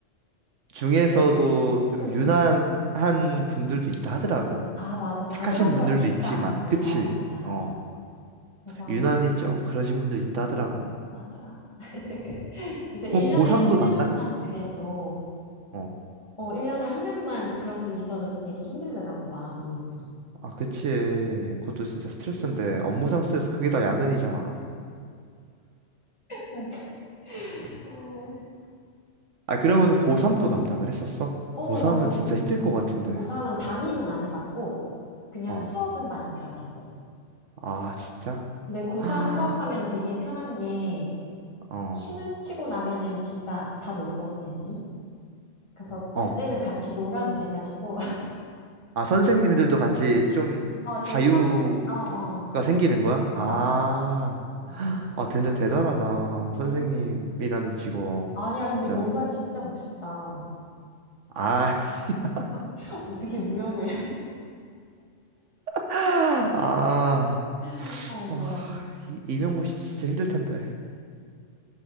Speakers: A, on the right; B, on the left.
A: 중에서도 좀
B: 응응.
A: 유난한 분들도 있다 하더라고.
B: 아, 맞아. 다
A: 착하신
B: 네. 그런
A: 분들도
B: 건 진짜
A: 있지만,
B: 아니고.
A: 그치?
B: 맞아, 맞아.
A: 어,
B: 어. 그래서,
A: 유난히 좀 그러신 분들 있다 하더라고.
B: 맞아. <laughs> 그래서 1년에
A: 그럼 고도
B: 한 명만
A: 담당했었어.
B: 그래도,
A: 어. 어.
B: 어, 1년에 한 명만 그런 분 있어도 되게 힘들더라고, 마음이.
A: 아, 그치. 그것도 진짜 스트레스인데, 업무상 스트레스 그게 다 야근이잖아.
B: 맞아. 아,
A: 아, 그러면 고3도 담당을 했었어?
B: 어,
A: 고3은
B: 나 고,
A: 진짜 힘들 것 같은데.
B: 고3은 담임은 안 해봤고, 그냥
A: 어.
B: 수업은 많이 들어봤었어.
A: 아, 진짜?
B: 근데
A: <gasps>
B: 고3
A: 아,
B: 수업하면 되게 편한 게,
A: 어.
B: 수능 치고 나면은 진짜 다 놀거든, 애들이. 그래서
A: 어.
B: 그때는 같이 놀아도 돼가지고,
A: 아, 선생님들도 같이 좀
B: 어, 좀
A: 자유가
B: 편, 어, 어,
A: 생기는 거야? 아.
B: 맞아. 그래서.
A: 아, 근데 대단하다. 선생님이라는
B: 음.
A: 직업.
B: 아니야,
A: 진짜.
B: 근데 너가 진짜 멋있다.
A: 아, <laughs>
B: <laughs> 어떻게 무역을
A: 아.
B: <laughs> 아이고,
A: 와, 이- 이명고 씨도 진짜 힘들 텐데.